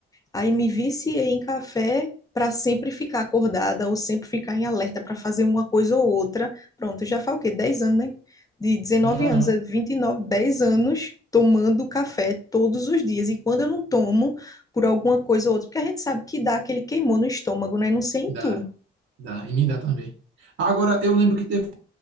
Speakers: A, on the left; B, on the right.
A: Aí me viciei em café para sempre ficar acordada ou sempre ficar em alerta para fazer uma coisa ou outra. Pronto, já faz o quê? 10 anos, né? De 19
B: aham.
A: anos a 29, 10 anos tomando café todos os dias. E quando eu não tomo, por alguma coisa ou outra, porque a gente sabe que dá aquele queimou no estômago, né? Não sei em
B: Dá,
A: tu.
B: dá, e me dá também. Agora, eu lembro que teve